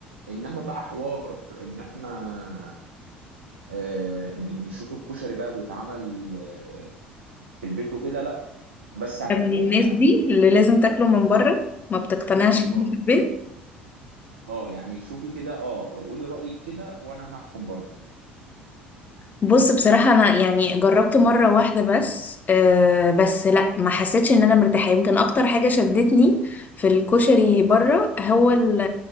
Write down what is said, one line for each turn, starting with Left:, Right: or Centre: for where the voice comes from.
Right: انما بقى حوار ان احنا آه، ن- نشوف الكشري بقى بيتعمل آه، في البيت وكده لا بس على
Left: من
Right: العموم
Left: الناس
Right: يعني
Left: دي اللي لازم تاكله من بره ما بتقتنعش
Right: قولي
Left: بيه
Right: برضه
Left: في البيت
Right: اه يعني شوفي كده اه قولي رأيك كده وانا هحكم برضه
Left: بص بصراحة أنا يعني جربت مرة واحدة بس أه بس لأ ما حسيتش إن أنا مرتاحة يمكن أكتر حاجة شدتني في الكشري بره هو ال-